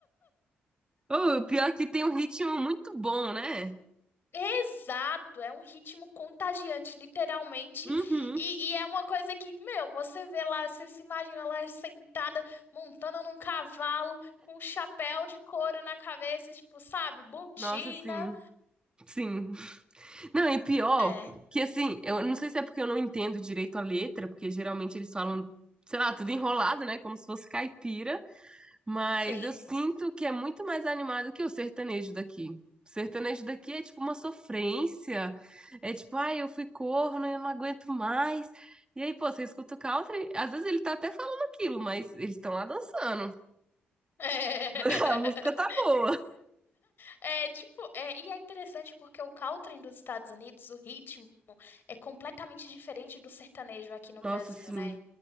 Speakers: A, on the right; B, on the left.
A: Oh, o pior é que tem um ritmo muito bom, né?
B: Exato, é um ritmo contagiante, literalmente.
A: Uhum.
B: E, e é uma coisa que, meu, você vê lá, você se imagina lá sentada, montando num cavalo, com um chapéu de couro na cabeça, tipo, sabe, botina.
A: Nossa, sim. Sim, Não, e pior,
B: É,
A: que assim, eu não sei se é porque eu não entendo direito a letra, porque geralmente eles falam, sei lá, tudo enrolado, né? Como se fosse caipira, mas
B: sim.
A: eu sinto que é muito mais animado que o sertanejo daqui. O sertanejo daqui é tipo uma sofrência. É tipo, ai, eu fui corno, eu não aguento mais. E aí, pô, você escuta o country, às vezes ele tá até falando aquilo, mas eles estão lá dançando.
B: <laughs>
A: <laughs> A música tá boa.
B: É, tipo, é, e é interessante porque o country dos Estados Unidos, o ritmo, é completamente diferente do sertanejo aqui no
A: Nossa,
B: Brasil,
A: sim,
B: né?